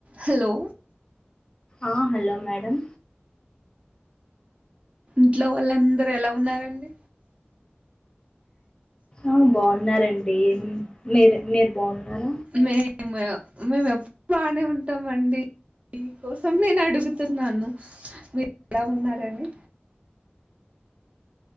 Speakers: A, on the right; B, on the left.
A: హలో
B: ఆ హలో మేడం
A: ఇంట్లో వాళ్ళందరు ఎలా ఉన్నారండి
B: ఆ బాగున్నారండి అ మీరు మీరు బాగున్నారా
A: మేము మేము ఎప్పుడు బానే ఉంటామ అండి మీ కోసం నేను అడుగుతున్నాను మీరు ఎలా ఉన్నారని